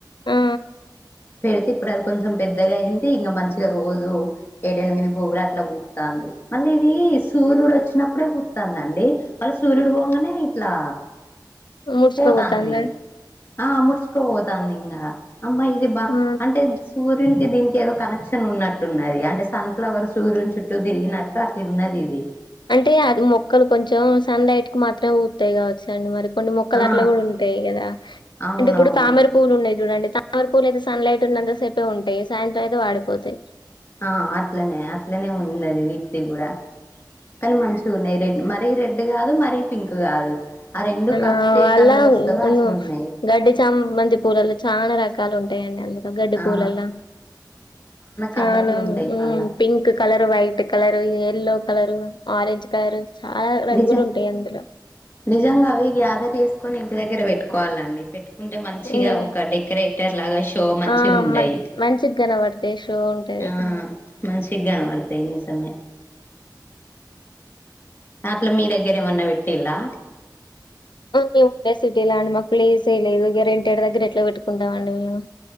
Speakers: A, on the left; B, on the left.
A: ఆ
B: పెడితే ఇప్పుడు అది కొంచెం పెద్దగా అయింది ఇంకా మంచిగా రోజు ఏడ ఎనిమిది బోగులు అట్లా పూతంది మళ్ళీ ఇది సూర్యుడు వచ్చినప్పుడే పుత్తందండి మళ్ళ సూర్యుడు పొంగనే ఇట్లా
A: ముడుచుకపోతాందా
B: పోతాంది ఆ ముడుచుక పోతాందింగా అమ్మా ఇది బా
A: ఆ
B: అంటే సూర్యునికి దీనికి ఏదో కనెక్షన్ ఉన్నట్టున్నది అంటే సన్ఫ్లవర్ సూర్యుని చుట్టూ తిరిగినట్ తటిన్నదిది
A: అంటే అది మొక్కలు కొంచెం సన్లైట్ కు మాత్రమే పు కావచ్చండి మరి కొన్ని మొక్కలు
B: ఆ
A: అట్లా కూడా ఉంటాయి కదా
B: అవునవును
A: అంటే ఇప్పుడు తామేర పూలు ఉన్నాయి చూడండి తమర పూలయితే సన్ లైట్ ఉన్నంతా సేపే ఉంటాయి సాయంత్రం అయితే వాడిపోతాయి
B: ఆ అట్లనే అట్లనే ఉన్నది వీటిది కూడా కానీ మంచిగున్నాయి రెడ్ మరీ రెడ్ కాదు మరీ పింక్ కాదు ఆ రెండు కలిపితే
A: ఆ వాళ్ళ
B: ఏ కలర్ వస్తవో
A: ఉన్ను
B: అట్లున్నాయి
A: గడ్డి చామంతి పూలల్ల చాలా రకాలు ఉంటాయండి అందు గడ్డి
B: ఆ
A: పూలల్ల చానా
B: కలర్లు ఉంటాయి
A: ఉహ్
B: మళ్ళా
A: pink colour white colour yellow colour orange colour చాలా రంగులు
B: నిజం
A: ఉంటాయి అందులో
B: నిజంగా అవి గ్యాదర్ చేసుకొని ఇంటి దగ్గర పెట్టుకోవాలండి పెట్టు కుంటే మంచిగా
A: ఉమ్.
B: ఒక డెకరేట్ టర్ లాగా షో మంచిగుంటయి
A: ఆ మ- మంచిగా కనబడతాయి షో ఉంటది
B: ఆ
A: ఉమ్.
B: మంచిగనవడతయి నిజమే దాంట్ల మీ దగ్గర ఏమన్నా పెట్టిల్లా
A: మేము ఉండేది సిటీలా అండి మాకు ప్లేసేలేదు ఇగ రెంటేడు దగ్గర ఎట్లా పెట్టుకుంటాంమండి మేము